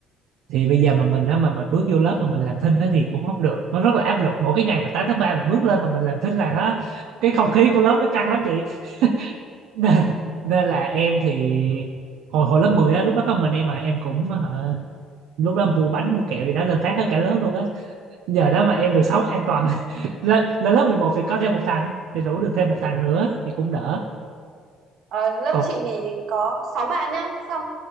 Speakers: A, on the right; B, on the right.
A: thì bây giờ mà mình á mà mình bước vô lớp mà mình làm thinh á thì cũng không được nó rất là áp lực mỗi cái ngày mà 8 tháng 3 mình bước lên mà mình làm thinh là nó cái không khí của lớp nó căng lắm chị <laughs> nên, nên là em thì hồi hồi lớp 10 á lúc đó có mình em mà em cũng hả, lúc đó mua bánh mua kẹo gì đó lên phát hết cả lớp luôn á giờ đó mà em được sống an toàn lên, lên lớp 11 thì có thêm một thằng thì rủ được thêm một thằng nữa thì cũng đỡ
B: Ờ, lớp
A: còn
B: chị thì có 6 bạn nhá xong